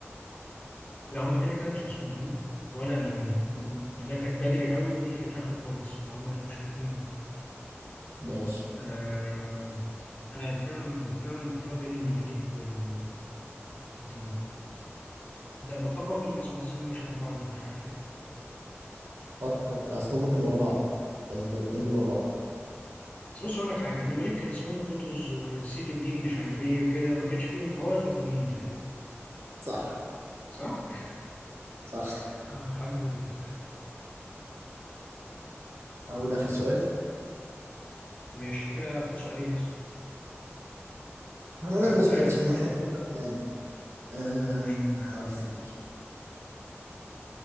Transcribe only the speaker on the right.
مم.
ماشي
فكر أصلهم كانوا ورا بعض كان الدولتين دول ورا بعض
صح
صح
أقول آخر سؤال
هنقول
آخر
سؤال
عشان
احنا
كده كده متعادل أه
هحاول أفتكر